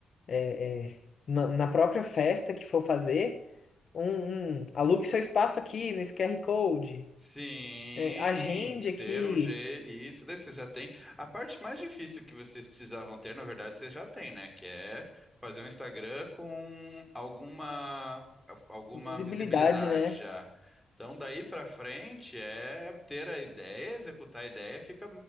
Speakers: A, on the left (about 60°); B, in the centre.
A: é, é, na, na própria festa que for fazer, um, um alugue seu espaço aqui nesse QR Code,
B: Sim,
A: é, agende aqui,
B: ter um G, isso, daí você já tem. A parte mais difícil que vocês precisavam ter, na verdade, vocês já têm, né? Que é fazer um Instagram com alguma, alguma
A: visibilidade,
B: visibilidade
A: né?
B: já. Então, daí pra frente é ter a ideia, executar a ideia, fica.